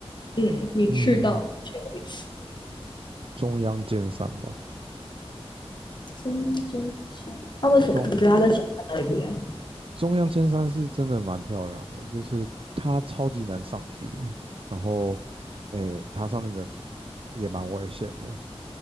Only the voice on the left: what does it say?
嗯，你去到目前为止，
中间山，那、啊为什么你觉得它跟小山哪里不一样？